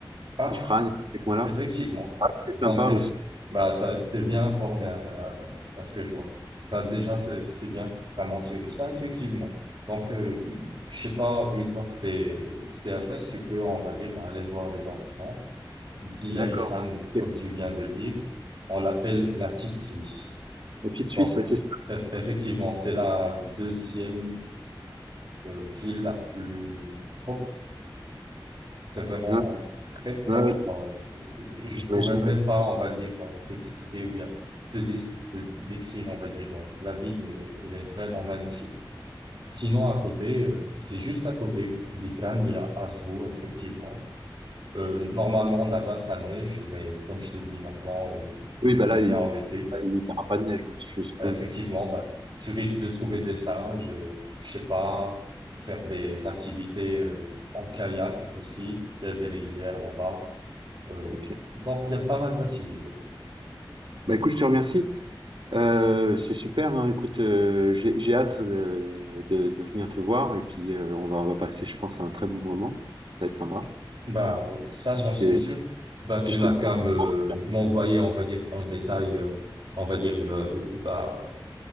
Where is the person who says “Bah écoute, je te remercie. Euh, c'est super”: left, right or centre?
Right